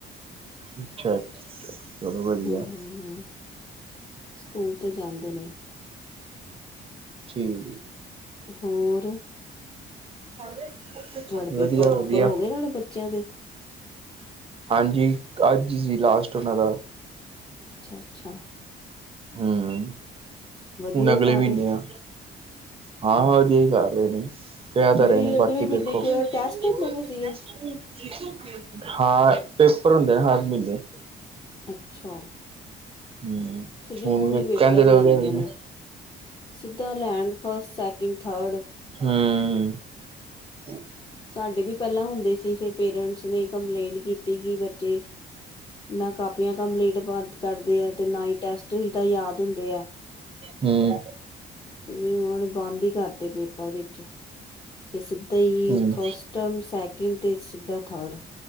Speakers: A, on the right; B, on the left.
A: ਅੱਛਾ। ਅੱਛਾ, ਚਲੋ ਵਧੀਆ
B: ਹੂਂ ਹੂਂ ਹੂਂ, ਸਕੂਲ ਤਾਂ ਜਾਂਦੇ ਨੇ।
A: ਠੀਕ
B: ਹੋਰ
A: ਏ
B: ਤੁਹਾਡੇ
A: <inaudible>
B: ਪੇਪਰ
A: ਵਧੀਆ
B: ਪੂਪਰ
A: ਵਧੀਆ।
B: ਹੋ ਗਏ ਤੁਹਾਡੇ ਬੱਚਿਆਂ ਦੇ
A: ਹਾਂਜੀ ਅੱਜ ਹੀ ਸੀ ਲਾਸਟ ਉਹਨਾਂ ਦਾ।
B: ਅੱਛਾ ਅੱਛਾ।
A: ਹਮ
B: ਵਧੀਆ
A: ਹੁਣ ਅਗਲੇ
B: ਕਰ
A: ਮਹੀਨੇ
B: ਰਹੇ
A: ਆ। ਹਾਂ ਵਧੀਆ ਹੀ ਕਰ ਰਹੇ ਨੇ। ਕਹਿ
B: ਨਹੀਂ
A: ਤਾਂ ਰਹੇ ਨੇ
B: ਅਗਲੇ
A: ਬਾਕੀ ਦੇਖੋਂ
B: ਮਹੀਨੇ ਕ
A: <unintelligible>
B: ਟੈਸਟ ਹੁੰਦੇ ਪਏ ਸੀਗੇ
A: ਹਾਂ ਪੇਪਰ ਹੁੰਦੇ ਆ ਹਰ ਮਹੀਨੇ।
B: ਅੱਛਾ।
A: ਹਮ
B: ਫਜੂਲ
A: ਹੁਣ ਵੀ
B: ਹੀ ਪੇਪਰ
A: ਕਹਿੰਦੇ ਤਾਂ
B: ਲੈਂਦੀਆਂ
A: ਹੇਗੈ
B: ਨੇ ਸਿੱਧਾ ਲੈਨ ਫਸਟ ਸੈਕਿੰਡ ਥਰਡ।
A: ਹਮ। <inaudible>
B: ਸਾਡੇ ਵੀ ਪਹਿਲਾਂ ਹੁੰਦੇ ਸੀ ਫੇਰ ਪੇਰੈਂਟਸ ਨੇ ਕੰਪਲੇਂਟ ਕੀਤੀ ਕਿ ਬੱਚੇ ਨਾ ਕਾਪੀਆਂ ਕੰਪਲੀਟ ਕਰ ਕਰਦੇ ਆ ਤੇ ਨਾ ਹੀ ਟੈਸਟ ਵੀ ਤਾਂ ਯਾਦ ਹੁੰਦੇ ਆ।
A: ਹਮ।
B: ਤੇ ਉਹਨਾ ਨੇ ਬੰਦ ਹੀ ਕਰਤੇ ਪੇਪਰ ਵਿੱਚ। ਤੇ ਸਿੱਧਾ ਹੀ
A: ਹਮ
B: ਫਸਟ ਟਰਮ ਸੈਕਿੰਡ ਤੇ ਸਿੱਧਾ ਥਰਡ।